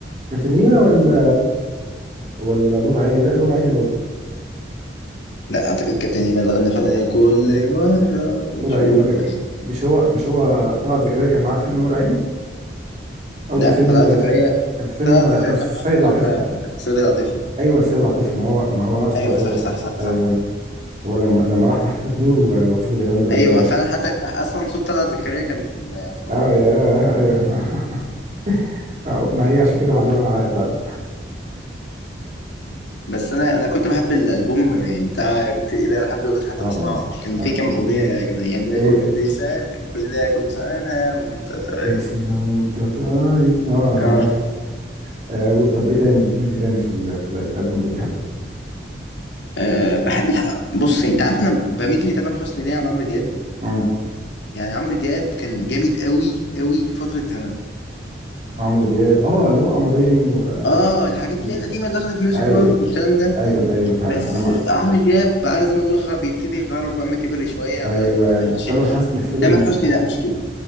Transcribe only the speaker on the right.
كابتن هيما ولا ولا نور عيني لا نور عيني برضه
نور عيني اقول لك مش هو مش هو طلعت زكريا كان معاه في فيلم نور عيني قصدي
فيلم
كان فيلم
السيد
العاطفي
ايوه سيد العاطفي ما هو ما هو انا اقصد
على سيد
العاطفي
ايوه هو لما لما راح تحت بيت نور و- وفضل يغني الاغنيه
دي
اه ياه
ايوه <laughs> فهو- ما هي عشان كده معلمه معايا غالب
اه
عج-
ايه
كل سنه وانت طيب اه
عارف آه و- طب ايه تاني اغنيه ايه تاني في ال في, ال في الالبوم ده بتحبه
امم
عمرو دياب اه اللي هو قمرين والحته
دي
ايوه
ايوه ايوه فعلا
انا مع
ايوه
تامر
حسني
فضل